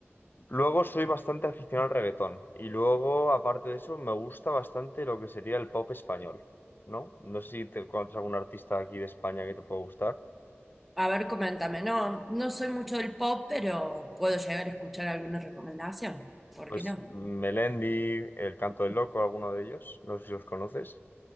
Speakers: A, on the left; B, in the centre.
A: Luego soy bastante aficionado al reggaetón y luego, aparte de eso, me gusta bastante lo que sería el pop español, ¿no? No sé si te encuentras algún artista aquí de España que te pueda gustar.
B: A ver, coméntame. No, no soy mucho del pop, pero puedo llegar a escuchar alguna recomendación. ¿Por
A: Pues
B: qué no?
A: Melendi, El Canto del Loco, alguno de ellos, no sé si los conoces.